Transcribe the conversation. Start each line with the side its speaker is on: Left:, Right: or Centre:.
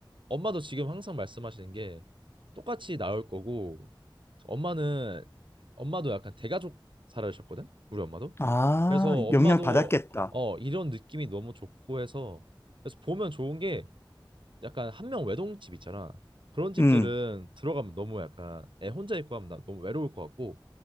Right: 엄마도 지금 항상 말씀하시는 게 똑같이 나올 거고 엄마는 엄마도 약간 대가족 살아셨거든 우리 엄마도
Left: 아,
Right: 그래서 엄마도
Left: 영향 받았겠다.
Right: 어 이런 느낌이 너무 좋고 해서 그래서 보면 좋은 게 약간 한 명 외동집 있잖아 그런 집들은
Left: 음.
Right: 들어가면 너무 약간 애 혼자 있고 하면 나 너무 외로울 것 같고